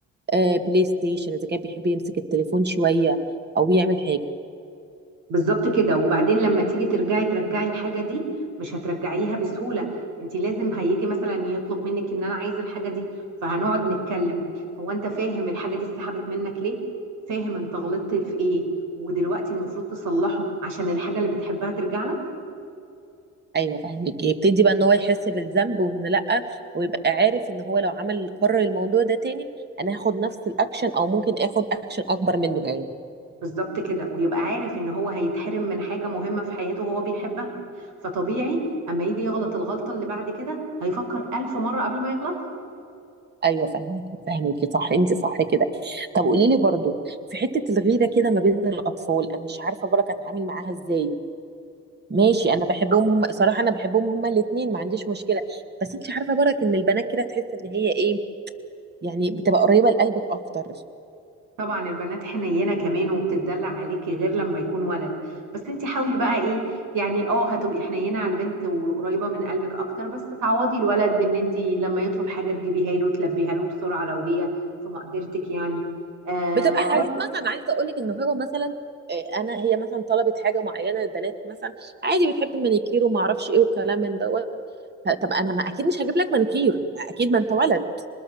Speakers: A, on the right; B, on the right.
A: آه، بلاي ستيشن اذا كان بيحب يمسك التليفون شويه او يعمل حاجه
B: بالظبط كده وبعدين لما تيجي ترجعي ترجعي الحاجة دي مش هترجعيها بسهولة انت لازم هيجي مثلا يطلب منك ان انا عايز الحاجة دي فهنقعد نتكلم هو انت فاهم الحاجة دي اتسحبت منك ليه فاهم انت غلطت في ايه ودلوقتي المفروض تصلحه عشان الحاجة اللي بتحبها ترجع لك
A: ايوه فاهمك يبتدي بقى ان هو يحس بالذنب وان لا ويبقى عارف ان هو لو عمل قرر الموضوع ده تاني انا هاخد نفس الاكشن او ممكن اخد اكشن اكبر منه كمان
B: بالظبط كده ويبقى عارف ان هو هيتحرم من حاجة مهمة في حياته هو بيحبها فطبيعي اما يجي يغلط الغلطة اللي بعد كده هيفكر ألف مرة قبل ما يغلطها
A: ايوه فاهمك فاهمك صح انت صح كده طب قولي لي برضو في حته الغيره كده ما بين الاطفال انا مش عارفه بركه اتعامل معاها ازاي ماشي انا بحبهم هم صراحه انا بحبهم هما الاثنين ما عنديش مشكله بس انت عارفه برك ان البنات كده تحس ان هي ايه يعني بتبقى قريبه لقلبك اكتر
B: طبعا البنات حنينه كمان وبتتدلع عليكي غير لما يكون ولد بس انت حاولي بقى ايه يعني اه هتبقي حنينه على البنت وقريبه من قلبك اكتر بس تعوضي الولد بان انت لما يطلب حاجه تجيبيها له تلبيها له بسرعه لو هي في مقدرتك يعني آه
A: بتبقى اه
B: بر-
A: حاجات مثلا عايزه اقول لك ان هو مثلا آه، انا هي مثلا طلبت حاجه معينه البنات مثلا عادي بتحب مانيكير وما اعرفش ايه والكلام من دوت ف- طب انا ما اكيد مش هجيب لك مانيكير اكيد ما انت ولد